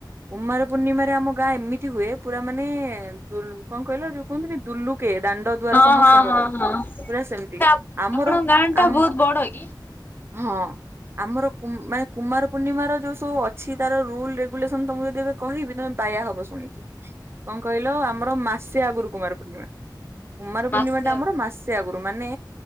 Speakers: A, on the right; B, on the left.
A: କୁମାର ପୂର୍ଣ୍ଣିମାରେ ଆମ ଗାଁ ଏମି ତି ହୁଏ ପୁରା ମାନେ-ଏ-ଏ-ଏ ଦୁ କଣ କହିଲ ଯୋଉ କୁହନ୍ତିନି ଦୁଲୁକିଏ। ଦାଣ୍ଡ ଦୁଆାର
B: ହଁ
A: ସମସ୍ତଙ୍କର
B: ହଁ ହଁ ହଁ
A: ପୁରା ସେମିତି,
B: ନା
A: ଆମର
B: ଆପଣଙ୍କ ଗାଁ ଟା
A: ଆମ୍
B: ବହୁତ ବଡ କି?
A: ହଁ ଆମର କୁ ମାନେ କୁମାର ପୂର୍ଣ୍ଣିମାର ଯୋଉ ସବୁ ଅଛି ତାର ରୁଲ ରେଗୁଲେସନ ତମକୁ ଯଦି ଏ କହିବି ତମେ ବାୟା ହବ ଶୁଣିକି। କଣ କହିଲ ଆମର ମାସେ ଆଗରୁ କୁମାର ପୂର୍ଣ୍ଣିମା। କୁମାର
B: ମାସେ
A: ପୂର୍ଣ୍ଣିମା ଟା ଆମର
B: ହବ
A: ମା ସେ ଆଗୁରୁ ମାନେ